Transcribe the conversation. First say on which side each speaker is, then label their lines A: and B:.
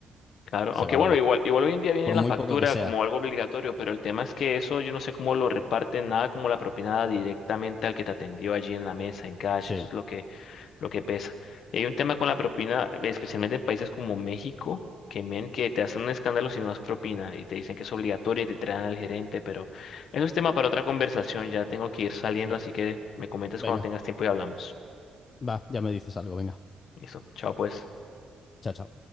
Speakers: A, on the left (about 70°); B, on the left (about 40°).
A: Claro,
B: se
A: aunque
B: valora,
A: bueno, igual, igual hoy en día viene
B: por
A: la
B: muy
A: factura
B: poco que sea.
A: como algo obligatorio, pero el tema es que eso yo no sé cómo lo reparten, nada como la propinada directamente al que te atendió allí en la mesa, en cash,
B: Sí,
A: eso es lo que lo que pesa. Y hay un tema con la propina, especialmente en países como México, que men, que te hacen un escándalo si no das propina y te dicen que es obligatorio y te traen al gerente, pero eso es tema para otra conversación. Ya tengo que ir saliendo,
B: sí.
A: así que me comentas
B: Venga,
A: cuando tengas tiempo y hablamos.
B: va, ya me dices algo, venga.
A: Listo, chao pues.
B: Chao, chao.